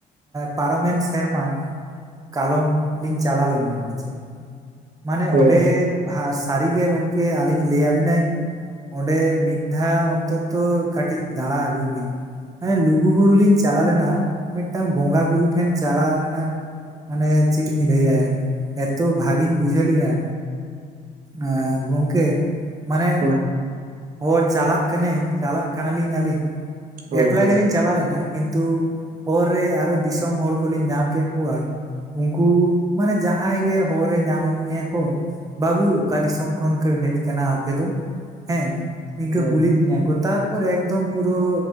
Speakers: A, on the right; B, on the right.
A: ᱯᱟᱨᱚᱢᱮᱱ ᱥᱮᱨᱢᱟ ᱠᱟᱞᱚᱢ ᱞᱤᱧ ᱪᱟᱞᱟᱣ ᱞᱮᱱᱟ ᱦᱮᱸᱪᱮ ᱢᱟᱱᱮ
B: ᱦᱳᱭ
A: ᱚᱸᱰᱮ ᱦᱟᱸ ᱥᱟᱹᱨᱤᱜᱮ ᱜᱚᱝᱠᱮ ᱟᱹᱞᱤᱧ ᱞᱟᱹᱭᱟᱵᱤᱱᱟᱹᱧ ᱚᱸᱰᱮ ᱢᱤᱫ ᱫᱷᱟᱣ ᱚᱱᱛᱚᱛᱚ ᱠᱟᱹᱴᱤᱡ ᱫᱟᱬᱟ ᱟᱜᱩᱭ ᱵᱤᱱ᱾ ᱮᱭ ᱞᱩᱜᱩᱵᱩᱨᱩ ᱞᱤᱧ ᱪᱟᱞᱟ ᱞᱮᱱᱟ ᱢᱤᱫᱴᱟᱝ ᱵᱚᱸᱜᱟ ᱵᱩᱨᱩ ᱴᱷᱮᱱ ᱪᱟᱞᱟᱣ ᱨᱮᱱᱟᱜ ᱢᱟᱱᱮ ᱪᱮᱫ ᱤᱧ ᱞᱟᱹᱭᱟᱭ ᱮᱛᱚ ᱵᱷᱟᱜᱮ ᱜᱤᱧ ᱵᱩᱡᱷᱟᱹᱣ ᱞᱮᱜᱼᱟ ᱮ ᱜᱚᱝᱠᱮ ᱢᱟᱱᱮ
B: ᱦᱳᱭ
A: ᱦᱳ ᱪᱟᱞᱟᱜ ᱠᱟᱹᱱᱟᱹᱧ ᱪᱟᱞᱟᱜ ᱠᱟᱱᱟᱞᱤᱧ ᱟᱹᱞᱤᱧ
B: ᱦᱳᱭ
A: ᱮᱠᱞᱟ
B: ᱦᱳᱭ
A: ᱜᱮᱞᱤᱧ ᱪᱟᱞᱟ ᱞᱮᱱᱟ ᱠᱤᱱᱛᱩ ᱦᱚᱨ ᱨᱮ ᱟᱨᱚ ᱫᱤᱥᱚᱢ ᱦᱚᱲ ᱠᱚᱞᱤᱧ ᱧᱟᱢ ᱠᱮᱫ ᱠᱩᱣᱟ ᱩᱱᱠᱩ ᱢᱟᱱᱮ ᱡᱟᱦᱟᱸᱭ ᱜᱮ ᱦᱚᱨ ᱨᱮ ᱧᱟᱢᱮᱫ ᱢᱮᱭᱟ ᱠᱚ ᱵᱟᱹᱵᱩ ᱚᱠᱟ ᱫᱤᱥᱚᱢ ᱠᱷᱚᱱ ᱠᱟᱹ ᱦᱮᱡ ᱠᱟᱱᱟ ᱟᱯᱮ ᱫᱚ ᱦᱮᱸ ᱱᱤᱝᱠᱟᱹ
B: ᱦᱳᱭ
A: ᱠᱩᱞᱤᱭᱮᱫ‌ ᱢᱮᱭᱟ ᱠᱚ ᱛᱟᱨ ᱯᱚᱨ ᱮᱠᱫᱚᱢ ᱯᱩᱨᱟᱹ